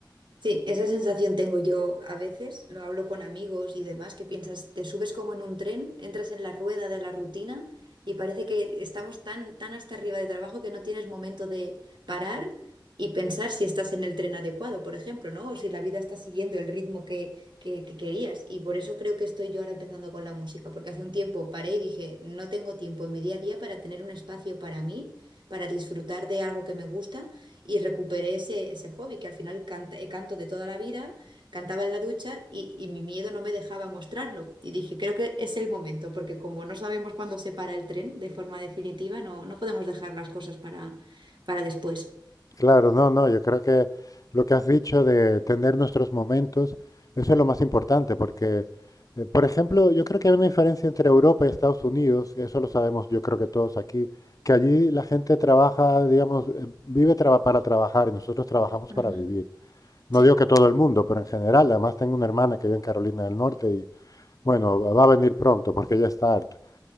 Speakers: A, on the right; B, on the left.
A: Sí, esa sensación tengo yo a veces, lo hablo con amigos y demás, que piensas, te subes como en un tren, entras en la rueda de la rutina y parece que estamos tan, tan hasta arriba de trabajo que no tienes momento de parar y pensar si estás en el tren adecuado, por ejemplo, ¿no? O si la vida está siguiendo el ritmo que, que, que querías. Y por eso creo que estoy yo ahora empezando con la música, porque hace un tiempo paré y dije, no tengo tiempo en mi día a día para tener un espacio para mí, para disfrutar de algo que me gusta y recuperé ese, ese hobby que al final cant- eh, canto de toda la vida, cantaba en la ducha y, y mi miedo no me dejaba mostrarlo. Y dije, creo que es el momento, porque como no sabemos cuándo se para el tren de forma definitiva, no, no podemos dejar las cosas para, para después.
B: Claro, no, no, yo creo que lo que has dicho de tener nuestros momentos, eso es lo más importante, porque, eh, por ejemplo, yo creo que hay una diferencia entre Europa y Estados Unidos, y eso lo sabemos yo creo que todos aquí, que allí la gente trabaja, digamos, eh, vive traba- para trabajar y nosotros trabajamos para
A: Ujú,
B: vivir. No
A: Sí.
B: digo que todo el mundo, pero en general, además tengo una hermana que vive en Carolina del Norte y, bueno, va a venir pronto porque ya está harta.